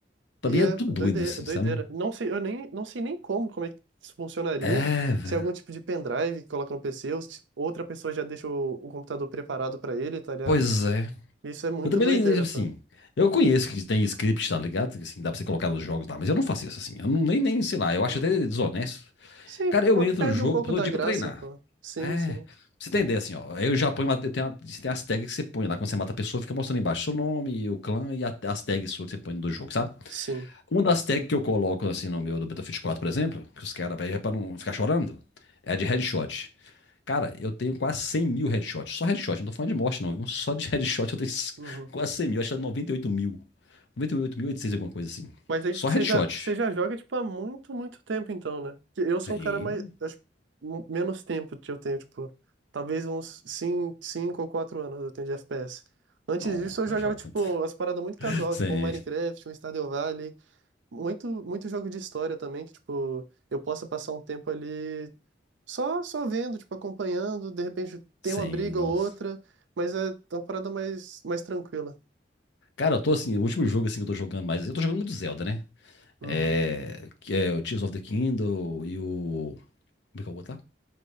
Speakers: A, on the left; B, on the right.
A: também
B: E é
A: é tudo
B: doideira,
A: doido, assim,
B: doideira.
A: sabe?
B: Não sei, eu nem, não sei nem como, como é que isso funcionaria.
A: É, velho.
B: Se é algum tipo de pendrive que coloca no PC, ou se outra pessoa já deixa o, o computador preparado pra ele, tá ligado?
A: Pois é.
B: Isso é muito
A: Eu também
B: doideira,
A: nem, nem, assim,
B: pô.
A: eu conheço que tem script, tá ligado? Que, assim, dá pra você colocar nos jogos lá, mas eu não faço isso, assim. Eu não, nem, nem, sei lá, eu
B: Uhum.
A: acho até desonesto.
B: Sim,
A: Cara, eu entro
B: perde
A: no jogo
B: um pouco
A: todo
B: da
A: dia
B: graça,
A: pra treinar.
B: pô. Sim,
A: É.
B: sim.
A: Pra você entender, assim, ó. Aí Eu já ponho, uma- eu tenho, a- tem as tags que você põe lá. Quando você mata a pessoa, fica mostrando embaixo seu nome, o clã e a- as tags suas que você põe no do jogo, sabe?
B: Sim.
A: Uma das tags que eu coloco assim no meu do Battlefield quatro por exemplo, que os caras, é pra não ficar chorando, é a de headshot. Cara, eu tenho quase 100 mil headshots. Só headshot, não tô falando de morte, não. Viu? Só de <laughs> headshot eu tenho
B: Uhum.
A: quase 100 mil. Acho que é 98 mil. 98.800, alguma coisa assim.
B: Mas aí
A: Só
B: você
A: headshot.
B: já, você já joga, tipo, há muito, muito tempo, então, né? Porque eu sou
A: Sim.
B: um cara mais. Acho, que m- menos tempo que eu tenho, tipo. Talvez uns cinco cinco ou 4 anos eu tenho de FPS. Antes
A: Não,
B: disso, eu
A: não
B: jogava,
A: jogo
B: tipo,
A: muito.
B: as paradas muito casual,
A: <laughs> Sim,
B: tipo, um Minecraft, um Stardew Valley. Muito, muito jogo de história também, que, tipo, eu possa passar um tempo ali só, só vendo, tipo, acompanhando. De repente tem
A: sim,
B: uma briga
A: nossa.
B: ou outra, mas é uma parada mais, mais tranquila.
A: Cara, eu tô assim, o último jogo assim que eu tô jogando mais, eu tô jogando muito Zelda, né?
B: Uhum.
A: É, que é o Tears of the Kingdom e o. Como é que é o outro lá?